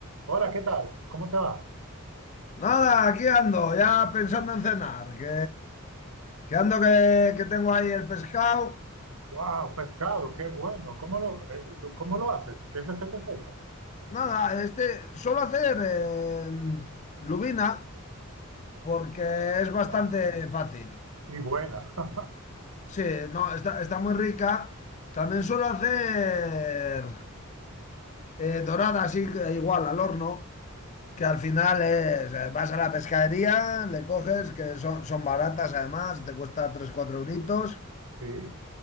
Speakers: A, on the right (about 85°); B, on the left (about 35°).
A: Hola, ¿qué tal? ¿Cómo te va?
B: Nada, aquí ando, ya pensando en cenar, que, que ando que, que tengo ahí el pescado.
A: ¡Wow! Pescado, qué bueno. ¿Cómo lo, eh, lo- cómo lo haces? ¿Qué receta es esa?
B: Nada, este suelo hacer eh, lubina porque es bastante
A: Guau,
B: fácil.
A: Y buena. <laughs>
B: Sí, no, está, está muy rica. También suelo hacer eh, dorada, así que igual al horno, que al final es, eh, vas a la pescadería, le coges, que son, son baratas además, te cuesta tres cuatro euritos.
A: Sí,